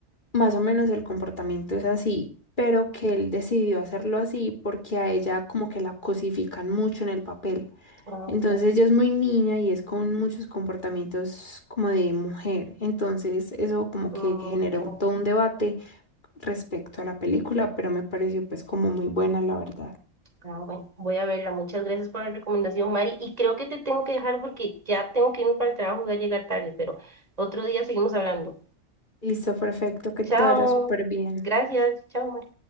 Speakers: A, on the left; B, on the right.
A: Más o menos el comportamiento es así, pero que él decidió hacerlo así porque a ella como que la cosifican mucho en el papel.
B: Ah,
A: Entonces
B: ok.
A: ella es muy niña y es con muchos comportamientos como de mujer. Entonces eso como que
B: Mm,
A: generó
B: ok.
A: todo un debate respecto a la película, pero me pareció pues como muy buena la verdad.
B: Ah, bueno, voy a verla. Muchas gracias por la recomendación, Mari. Y creo que te tengo que dejar porque ya tengo que irme para el trabajo, voy a llegar tarde, pero otro día seguimos hablando.
A: Listo, perfecto, que
B: Chao.
A: te vaya súper bien.
B: Gracias. Chao, Mari.